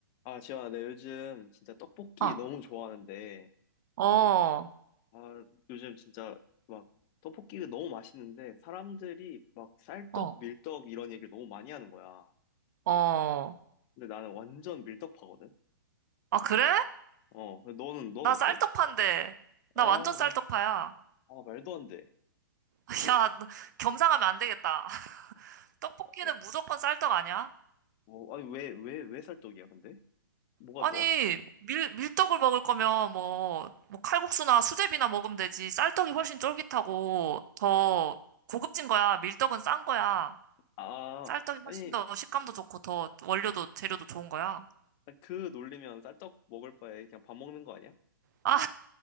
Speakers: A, on the left; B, on the right.
A: 아, 지현아, 내 요즘 진짜 떡볶이
B: 어,
A: 너무 좋아하는데,
B: 어,
A: 아, 요즘 진짜 막 떡볶이가 너무 맛있는데, 사람들이 막 쌀떡,
B: 어.
A: 밀떡 이런 얘기를 너무 많이 하는 거야.
B: 어.
A: 근데 나는 완전 밀떡파거든?
B: 아, 그래?
A: 어, 근데 너는, 넌
B: 나
A: 어때?
B: 쌀떡파인데. 나
A: 아,
B: 완전 쌀떡파야.
A: 말, 아, 말도 안 돼.
B: <laughs>
A: 아니,
B: 야, 너 겸상하면 안 되겠다. <laughs> 떡볶이는
A: 어,
B: 무조건 쌀떡 아니야?
A: 뭐, 아니, 왜, 왜, 왜 쌀떡이야, 근데? 뭐가
B: 아니,
A: 좋아?
B: 밀, 밀떡을 먹을 거면 뭐, 뭐 칼국수나 수제비나 먹으면 되지. 쌀떡이 훨씬 쫄깃하고 더 고급진 거야. 밀떡은 싼 거야.
A: 아,
B: 쌀떡이
A: 아니,
B: 훨씬 더 식감도 좋고 더 원료도 재료도 좋은 거야.
A: 그 놀리면 쌀떡 먹을 바에 그냥 밥 먹는 거 아니야?
B: 아,